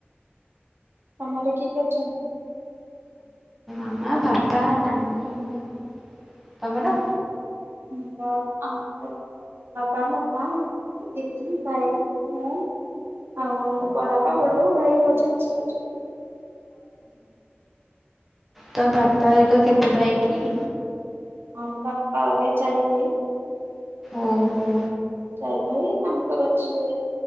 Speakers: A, on the right (about 70°); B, in the centre.
A: ତମର କିଏ କି ଏ ଅଛନ୍ତି।
B: ଆମ ପାପା ନନୀ ମୁ ତମର?
A: ମୁ ଆମ <unintelligible> ବାପା ମମା ଦିଦି ଭାଇ ମୁଁ। ଆଉ ବଡାପା ବଡ ହଉ ଭାଇ ଭାଉଜ ଅଛୁ।
B: ତ ବାପାିକ କେତେ ଭାଇ କି?
A: ଆଁ ବାପା ଘରିକା ଚାରି ଭାଇ।
B: ଓହୋ।
A: ଚାରିଟା ଏଇ ପାଞ୍ଚଟାରେ ଉଠିଲି।